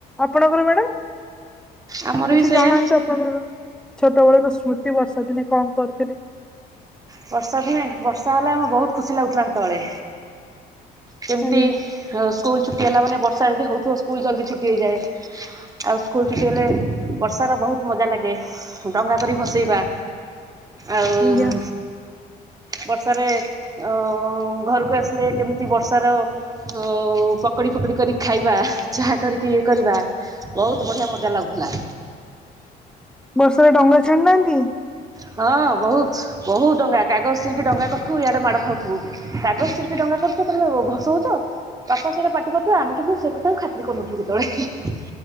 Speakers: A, in the centre; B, on the right.
A: ଆପଣଙ୍କର ମ୍ୟାଡାମ୍
B: ଆମର
A: କିଛି
B: ବି ସେଇଆ
A: ଜଣାନ୍ତୁ ଆପଣଙ୍କର? ଛୋଟ ବେଳ ର ସ୍ମୃତି ବର୍ଷା ଦିନେ କଣ କରୁଥିଲେ?
B: ବର୍ଷା ଦିନେ ବର୍ଷା ହେଲେ ଆମକୁ ବହୁତ୍ ଖୁସି ଲାଗୁଥିଲା ସେତେବେଳେ। କେମିତି
A: ଆଜ୍ଞା
B: ହ ସ୍କୁଲ୍ ଛୁଟି ହେଲା ମାନେ ବର୍ଷା ଯଦି ହେଉଥିବ ସ୍କୁଲ୍ ଜଲଦି ଛୁଟି ହେଇଯାଏ। ଆଉ ସ୍କୁଲ୍ ଛୁଟି ହେଲେ ବର୍ଷା ର ବହୁତ ମଜା ଲାଗେ ଡଙ୍ଗା କରି ଭସେଇବା। ଆଉ
A: ଆଜ୍ଞା
B: ବର୍ଷାରେ ଓ ଘରକୁ ଆସିଲେ କେମିତି ବର୍ଷାର ହଉ ପକୁଡି ଫକୁଡି କରିକି ଖାଇବା ଚାହା କରିକି ଇଏ କରିବା। ବହୁତ୍ ବଢିଆ ମଜା ଲାଗୁଥିଲା।
A: ବର୍ଷାରେ ଡଙ୍ଗା ଛାଣି ନାହାନ୍ତି?
B: ହଁ ବହୁତ୍ ବହୁତ୍ ଡଙ୍ଗା କାଗଜ ଚିରିକି ଡଙ୍ଗା କରୁଥିବୁ ଇଆଡେ ମାଡ଼ ଖାଉଥିବୁ। କାଗଜ ଚିରିକ୍ ଡଙ୍ଗା କରିଥିବୁ। ତମେ ଭସଉଚ ବାପା ସେଇଟା ପାଟି କରୁଥିବେ ଆମେ କିନ୍ତୁ ସେ କଥାକୁ ଖାତିର୍ କରୁନଥିଲୁ କେତବେଳେ।